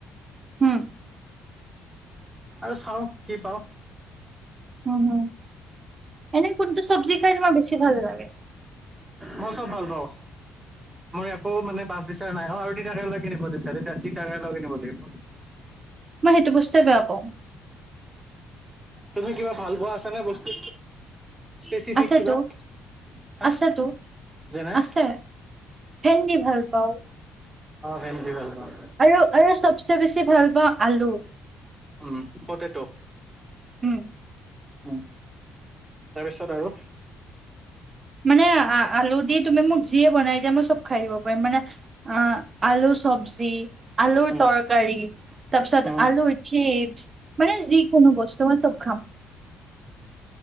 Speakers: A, on the right; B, on the right.
A: উম।
B: আৰু চাওঁ কি পাওঁ?
A: উম, হ'ম এনেই কোনটো চব্জি খাই তোমাৰ বেছি ভাল লাগে?
B: মই চ'ব ভাল পাওঁ। মোৰ একো মানে বাছ বিচাৰ নাই অ' আৰু তিতাকেৰেলা কিনিব দিছে। এতিয়া তিতাকেৰেলাও কিনিব লাগিব।
A: মই সেইটো বস্তে বেয়া পাওঁ।
B: তুমি কিবা ভাল পোৱা আছে নে বস্তু? স্পেচিফিক
A: আছেতো
B: কিবা হা
A: আছেতো
B: যেনে
A: আছে ভেন্দি ভাল পাওঁ
B: অ' ভেন্দি ভাল পাওঁ।
A: আৰু আৰু চবচে ভাল পাওঁ। আলু
B: উম, পতেতৌ
A: উম।
B: উম, তাৰপিছত আৰু
A: মানে আ আলু দি তুমি মোক যিয়ে বনাই দিয়া মই চ'ব খাই দিব পাৰিম মানে আ আলু চব্জি আলুৰ
B: উম,
A: তৰকাৰী, তাৰপিছত
B: উম,
A: আলুৰ চিপছ মানে যিকোনো বস্তু মই চ'ব খাম।